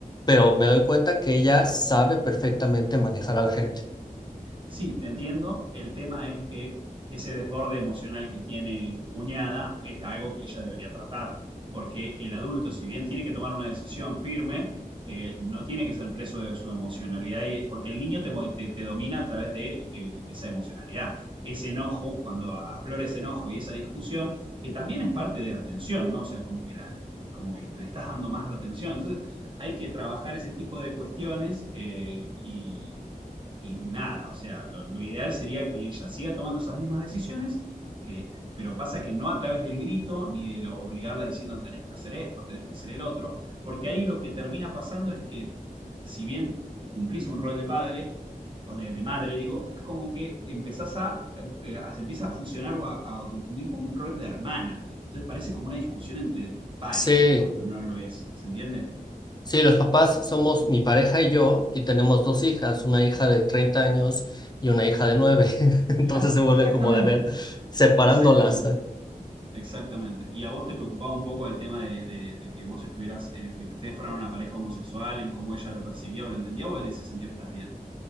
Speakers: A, on the left (about 30°); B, on the right (about 35°).
A: pero me doy cuenta que ella sabe perfectamente manejar a la gente.
B: Sí, te entiendo. El tema es que ese desborde emocional que tiene tu cuñada es algo que ella debería tratar, porque el adulto, si bien tiene que tomar una decisión firme, eh, no tiene que ser preso de su emocionalidad, y- porque el niño te, mo- te- te domina a través de, que- de esa emocionalidad. Ese enojo, cuando aflora ese enojo y esa discusión, que también es parte de atención, ¿no? O sea, como que, la- como que le estás dando más atención. Entonces, hay que trabajar ese tipo de cuestiones eh, y y nada, o sea, lo, lo ideal sería que ella siga tomando esas mismas decisiones, que, pero pasa que no a través del grito ni de lo, obligarla diciendo tenés que hacer esto, tenés que hacer el otro, porque ahí lo que termina pasando es que si bien cumplís un rol de padre, o de, de madre digo, es como que empezás a, eh, se empieza a fusionar o a, a confundir con un rol de hermana. Entonces parece como una discusión entre pares
A: Sí,
B: cuando no lo es, ¿se entiende?
A: sí, los papás somos mi pareja y yo y tenemos dos hijas, una hija de 30 años y una hija de nueve <laughs> Entonces
B: Claro,
A: se
B: exactamente,
A: vuelve como de a ver, separándolas.
B: exactamente. Exactamente. ¿Y a vos te preocupaba un poco el tema de, de- de que vos estuvieras, eh, de que ustedes fueran una pareja homosexual, en cómo ella lo percibía o lo entendía, o en ese sentido estás bien?